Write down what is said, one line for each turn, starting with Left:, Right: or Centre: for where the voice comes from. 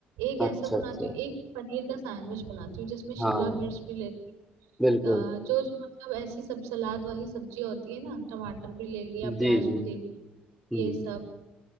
Right: एक ऐसा
Centre: अच्छा
Right: बनाती
Centre: अच्छा
Right: हूँ एक पनीर का सैंडविच बनाती हूँ जिसमें शिमला
Centre: हाँ
Right: मिर्च भी लेती
Centre: बिल्कुल
Right: हूँ अ, जो जो मतलब ऐसी सब सलाद वाली सब्जी होती है ना टमाटर भी ले लिया प्याज
Centre: जी जी
Right: भी ले लिया
Centre: हम्म
Right: ये सब